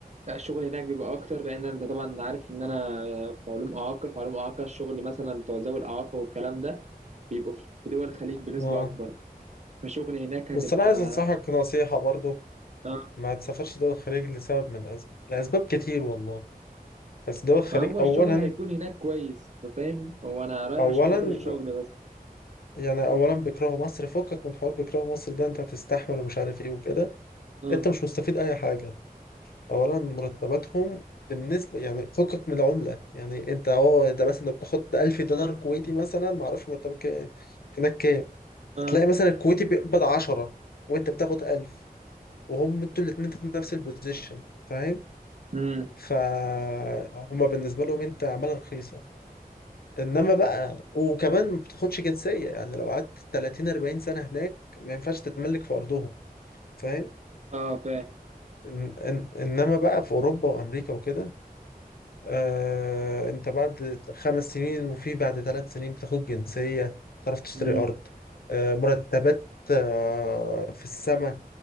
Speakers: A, on the right; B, on the left.
A: الشغل هناك بيبقى اكتر لان انت طبعا عارف ان انا في علوم اعاقه في علوم اعاقه الشغل مثلا بتوع ذوي الاعاقه والكلام ده بيبقوا في دول الخليج بنسبه
B: آه
A: اكبر فشغل هناك هتبقى
B: بس أنا عايز أنصحك نصيحة برضو
A: آه،
B: ما تسافرش دول الخليج لسبب من الأسباب لأسباب كتير والله بس دول الخليج
A: ما هو الشغل
B: أولا
A: هيكون هناك كويس فاهم هو انا رايح
B: أولا
A: عشان خاطر الشغل بس
B: يعني اولا بيكرهوا مصر فكك من حوار بيكرهوا مصر ده انت هتستحمل ومش عارف ايه وكده
A: اه
B: انت مش مستفيد اي حاجه اولا مرتباتهم بالنسبه يعني فكك من العمله يعني انت اه ده مثلا لو بتاخد 1000 دولار كويتي مثلا ما اعرفش مرتبك ايه- هناك كام
A: اه
B: هتلاقي مثلا الكويتي بيقبض 10 وانت بتاخد 1000 وهم انتوا الاثنين في نفس البوزيشن فاهم
A: امم
B: فهم بالنسبه لهم انت عماله رخيصه انما بقى وكمان ما بتاخدش جنسيه يعني لو قعدت 30 40 سنه هناك ما ينفعش تتملك في ارضهم فاهم
A: اه
B: إن إن انما بقى في اوروبا وامريكا وكده آه انت بعد خمس سنين وفي بعد ثلاث سنين بتاخد جنسيه تعرف تشتري
A: فاهم
B: ارض آه مرتبات آه في السماء